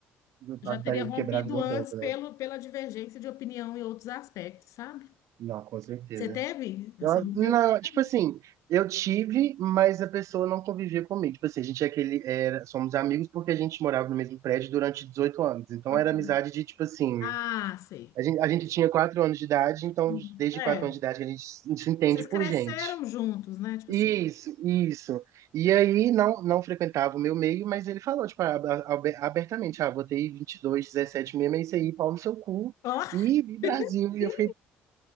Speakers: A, on the right (about 65°); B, on the left (about 70°).
A: eu
B: já
A: estarei
B: teria rompido
A: quebrado há muito
B: antes
A: tempo,
B: pelo,
A: né?
B: pela divergência de opinião e outros aspectos, sabe?
A: Não, com certeza.
B: Você teve? Ah,
A: Eu,
B: Você rompeu
A: não,
B: com a
A: tipo
B: amizade?
A: assim, eu tive, mas a pessoa não convivia comigo. Tipo assim, a gente é aquele, era, somos amigos porque a gente morava no mesmo prédio durante 18 anos. Então
B: Ok.
A: era amizade de, tipo assim,
B: Ah, sei.
A: a gente, a gente tinha 4 anos de idade, então
B: Hum.
A: desde
B: É.
A: 4 anos de idade que a gente se se entende
B: Vocês
A: por
B: cresceram
A: gente.
B: juntos, né? Tipo
A: Isso,
B: assim.
A: isso. E aí não, não frequentava o meu meio, mas ele falou, tipo, ab- ab- abertamente, ah, botei 22 17 mesmo, é isso aí, pau no seu cu.
B: Ó. <laughs>
A: E, e Brasil, e
B: Ih,
A: eu fiquei,